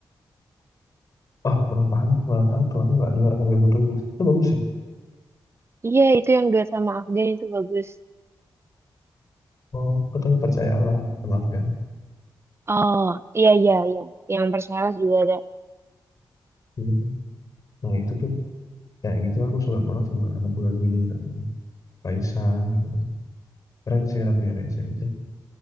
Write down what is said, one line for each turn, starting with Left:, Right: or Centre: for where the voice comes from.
Left: ah kurang paham, kurang tahu tuh aku nggak dengar kamu yang kutunggu. Itu bagus sih.
Right: Iya, itu yang duet sama Afgan itu bagus.
Left: Oh, katanya percayalah sama Afgan.
Right: Oh, iya iya iya. Yang Persela juga ada.
Left: Gitu kan. Nah itu tuh kayak gitu aku suka banget sama lagu-lagunya Paisan gitu. Keren sih Raffi Raisa itu.